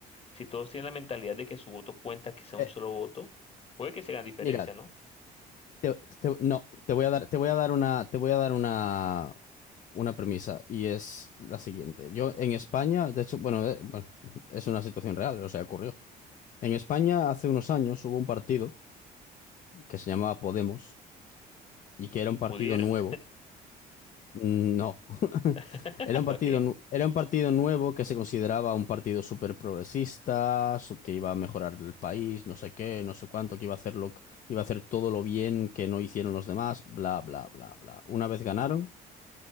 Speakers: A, on the left; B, on the left.
A: si todos tienen la mentalidad de que su voto cuenta, que sea
B: Eh,
A: un solo voto, puede que se hagan diferencia,
B: mira,
A: ¿no?
B: te- te- no, te voy a dar, te voy a dar una, te voy a dar una, una premisa y es la siguiente. Yo en España, de hecho, bueno, eh, bueno, es una situación real, o sea, ocurrió. En España hace unos años hubo un partido que se llamaba Podemos y que era un
A: Y
B: partido
A: pudieran.
B: nuevo. Mm, No, <laughs>
A: <laughs>
B: era un partido,
A: Ok, es
B: nu- era un partido nuevo que se consideraba un partido súper progresista, sub- que iba a mejorar el país, no sé qué, no sé cuánto, que iba a hacer lo, que- iba a hacer todo lo bien que no hicieron los demás, bla, bla, bla, bla. Una vez ganaron,